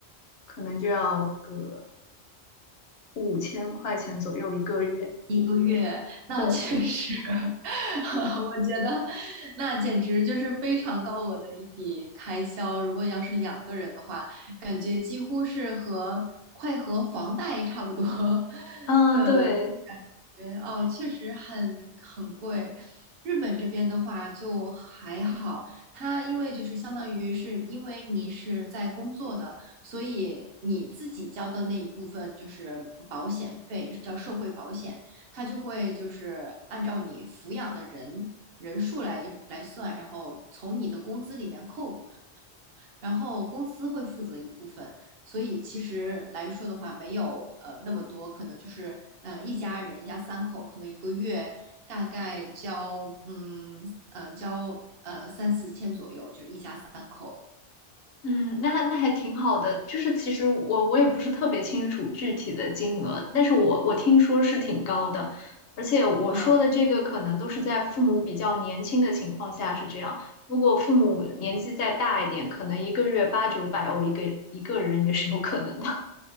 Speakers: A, on the left (about 65°); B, on the right (about 60°).
A: 可能就要个。五千块钱左右一个月。
B: 一个月，那确实，
A: 对，
B: <laughs> 我觉得那简直就是非常高额的一笔开销。如果要是两个人的话，感觉几乎是和快和房贷差不多 <laughs>
A: 嗯，
B: 的
A: 对，
B: 觉得哦，确实很很贵。日本这边的话就还好，它因为就是相当于是因为你是在工作的，所以你自己交的那一部分就是保险费，叫社会保险，它就会就是按照你抚养的人人数来来算，然后从你的工资里面扣。然后公司会负责一部分，所以其实来说的话，没有呃那么多，可能就是呃一家人一家三口，可能一个月大概交嗯呃交呃三四千左右，就是一家三口，
A: 嗯，那还那还挺好的。就是其实我我也不是特别清楚具体的金额，
B: 嗯，
A: 但是我我听说是挺高的，而且我说的这个可能都是在父母比较年轻的情况下是这样。
B: 嗯、
A: 如果父母年纪再大一点，可能一个月八九百欧一个一个人也是有可能的。